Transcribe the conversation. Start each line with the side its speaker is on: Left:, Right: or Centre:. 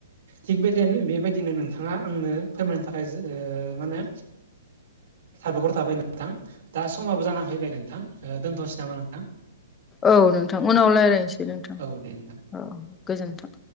Right: थिग बेदियनो बेबायदिनो नोंथाङा आंनो फोरमायनो थाखाय जो ओ माहोनो साबायखर थाबाय नोंथां। दा समाबो जाना फैबाय नोंथां। ओ, दोनथ'नोसै नामा नोंथां?
Left: औ नोंथां उनाव रायलायनोसै नोंथां,
Right: औ दे नोंथां
Left: औ औ गोजोनथों।